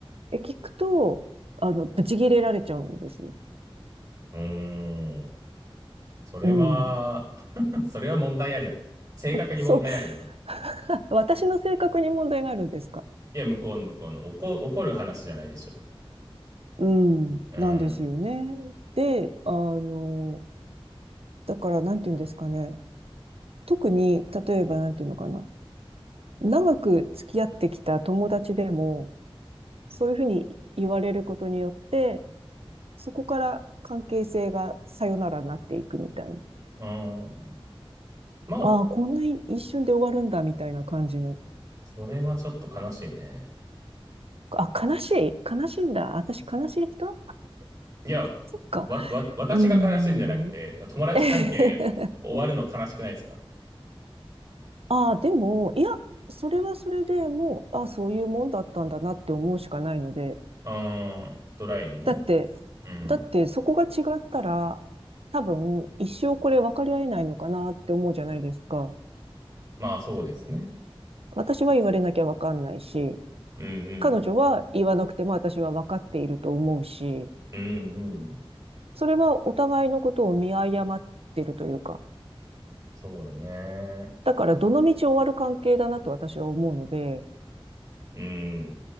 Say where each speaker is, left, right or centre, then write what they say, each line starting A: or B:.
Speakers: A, on the right; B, on the right.
A: え、聞くと、あの、ブチ切れられちゃうんですよ。
B: うーん。それは
A: うん。
B: <laughs> それは問題ありだね。正確に問題ありだな。
A: そう。<laughs> 私の性格に問題があるんですか
B: いや、向こうの向こうの。怒、怒る話じゃないでしょ。
A: うん。
B: うん。
A: なんですよね。で、あの、だから、なんて言うんですかね。特に、例えば、なんて言うのかな。長く付き合ってきた友達でも、そういうふうに言われることによって、そこから関係性がさよならになっていくみたいな。
B: うん。まあ、
A: ああ、こんな一瞬で終わるんだみたいな感じの。
B: それはちょっと悲しいね。
A: あ、悲しい悲しいんだ。私悲しい人
B: いや、
A: そっか。
B: わ、わ、私が悲しいんじゃなくて、
A: うーん。
B: 友達関係終わるの悲しくないですか
A: <laughs> ああ、でも、いや、それはそれでもう、ああ、そういうもんだったんだなって思うしかないので。
B: うん。ドライにね。
A: だって、
B: うん。
A: だってそこが違ったら、多分、一生これ分かり合えないのかなって思うじゃないですか。
B: まあ、そうですね。
A: 私は言われなきゃ分かんないし、
B: うんうん。
A: 彼女は言わなくても私は分かっていると思うし、
B: うんうん。
A: それはお互いのことを見誤ってるというか、
B: そうだね。
A: だからどの道終わる関係だなと私は思うので、
B: うん。